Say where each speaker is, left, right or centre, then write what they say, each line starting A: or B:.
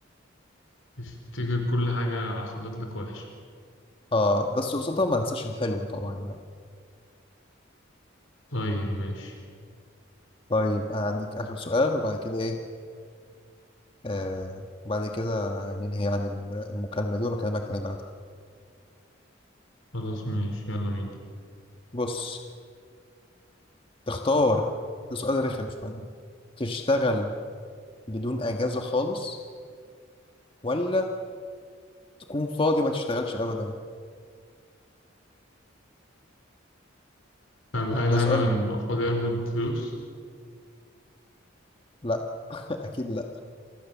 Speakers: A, on the left; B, on the left.
A: تفتكر كل حاجه حصلت لك وحشه
B: آه بس قصادها ما أنساش الحلو طبعا يعني
A: طيب ماشي
B: طيب أديك آخر سؤال وبعد كده إيه آه وبعد كده ننهي يعني المكالمة دي وبكلمك تاني بعدها
A: خلاص ماشي يلا بينا
B: بص تختار ده سؤال رخم شوية تشتغل بدون أجازة خالص ولا تكون فاضي وما تشتغلش أبدا
A: طب هل
B: ده
A: أنا
B: سؤال
A: لما أبقى فاضي آخد فلوس؟
B: لا <laughs> أكيد لا